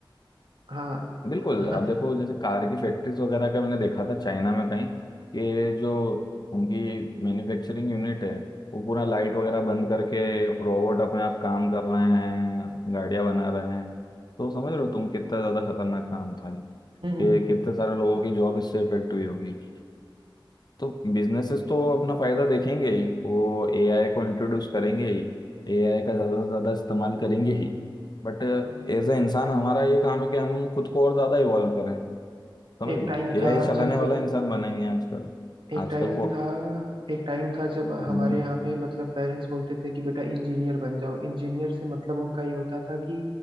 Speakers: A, on the right (about 75°); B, on the left (about 55°).
A: हाँ
B: बिल्कुल
A: <laughs>
B: अब देखो जैसे कार की फैक्ट्रीज वगैरह का मैंने देखा था चाइना में कहीं कि जो उनकी मैन्युफैक्चरिंग यूनिट है वो पूरा लाइट वगैरह बंद करके रोबोट अपने आप काम कर रहे हैं गाड़ियां बना रहे हैं तो समझ रहे हो तुम कितना ज्यादा खतरनाक काम था
A: हम्म
B: ये कि कितने सारे लोगों की जॉब इससे इफेक्ट हुई होगी तो बिजनेसेस तो अपना फायदा देखेंगे ही वो एआई को इंट्रोड्यूस करेंगे ही एआई का ज्यादा से ज्यादा इस्तेमाल करेंगे ही बट
A: अ,
B: एज अ इंसान हमारा ये काम है कि हम खुद को और ज्यादा इवॉल्व करें समझ
A: एक
B: लो
A: टाइम
B: एआई
A: था
B: चलाने
A: जब
B: वाला इंसान बनेंगे आजकल
A: एक
B: आजकल
A: टाइम
B: को
A: था एक टाइम था जब हमारे
B: हम्म
A: यहाँ पे मतलब पेरेंट्स बोलते थे कि बेटा इंजीनियर बन जाओ इंजीनियर से मतलब उनका ये होता था कि